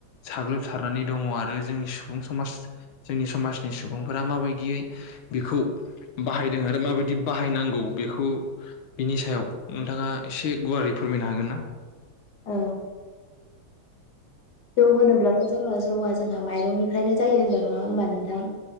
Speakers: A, on the left (about 70°); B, on the left (about 55°).
A: साग्लोबसारनानै दङ आरो जोंनि सुबुं समाज जोंनि समाजनि सुबुंफोरा माबायदियै बेखौ बाहायदों आरो माबायदि बाहायनांगौ बेखौ बिनि सायाव नोंथाङा एसे गुवारै फोरमायनो हागोन ना?
B: औ जौ होनोब्लाथ' जोंङो जौआ जोंहा माइरंनिफ्रायनो जायो होनबा नङा होमबा नोंथां